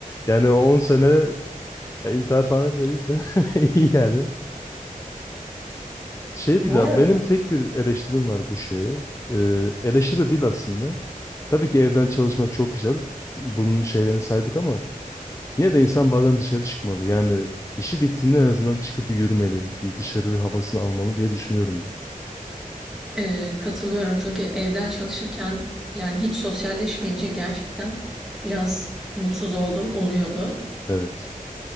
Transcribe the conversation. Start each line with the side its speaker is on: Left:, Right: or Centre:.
Left: Yani o 10 sene ya, intihar falan etmediyse <laughs> iyi yani. Şey
Centre: Bu
Left: bir daha
Centre: arada
Left: benim tek bir eleştirim var bu şeye. Ee, eleştiri de değil aslında. Tabii ki evden çalışmak çok güzel. Bunun şeylerini saydık ama yine de insan bazen dışarı çıkmalı. Yani işi bittiğinde en azından çıkıp bir yürümeli. Bir dışarı havasını almalı diye düşünüyorum ben.
Centre: Eee, katılıyorum çünkü evden çalışırken, yani, hiç sosyalleşmeyince gerçekten biraz mutsuz olduğum oluyordu.
Left: Evet.